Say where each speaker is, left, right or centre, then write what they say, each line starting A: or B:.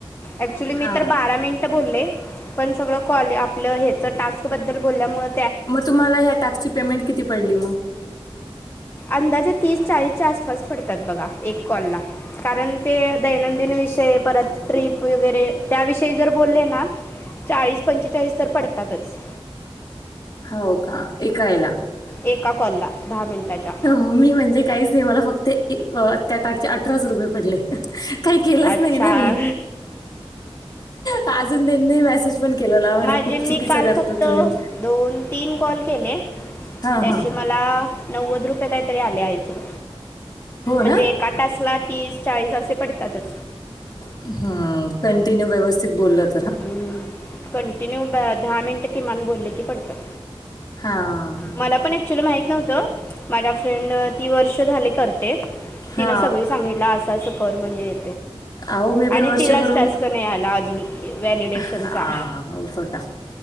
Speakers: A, on the left (about 25°); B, on the left (about 40°).
A: ऍक्च्युली मी
B: हां
A: तर, बारा मिनिट ते बोले पण, सगळ कॉल आपलं हेच टास्क बद्दल बोल्यामुळे.
B: मग तुम्हाला हया टॅक्सची पेमेंट किती पडली मग.
A: अंदाजे तीस चाळीसच्या आसपास पडतात, बघा एक कॉलला. कारण, ते दैनंदिन विषय परत ट्रीप वगैरे त्याविषयी जर बोलले ना. चाळीस पंचेचाळीस तर पडतातच.
B: हो का एका यला.
A: एका कॉलला दहा मिनिटाच्या.
B: मी म्हणजे काहीच नाही. मला फक्त त्या टाकचे अठराच रुपये पडले. काही केलंच
A: अच्छा
B: नाही. ना मी अजून त्यांनी मेसेज पण केलेला म्हणे
A: माझे
B: खूप
A: मी
B: चुकीचं
A: काल
B: करतो
A: फक्त
B: तुम्ही
A: दोन, तीन, कॉल केले
B: हां
A: त्याचे
B: हां
A: म मला नव्वद रुपये काही तरी आले काहीतरी
B: हो
A: आय
B: ना
A: थिंक काट असला तीस चाळीस असे पडतातच.
B: हम! कंटिन्यू व्यवस्थित बोलत.
A: हम्म, कंटिन्यू दहा मिनटं किमान बोलले की पडतात.
B: हा
A: मला पण ऍक्च्युअली माहित नव्हतं. माझ्या फ्रेंडन तीन वर्ष झाले करते
B: हा
A: तिनं सगळी सांगितलं असं असं कर म्हणजे.
B: अहो मी
A: आणि
B: पण वर्ष
A: तिलाच
B: भरून
A: टास्क नाही आला अजून. व्हॅलिडेशनचा
B: हा, मग तर काय.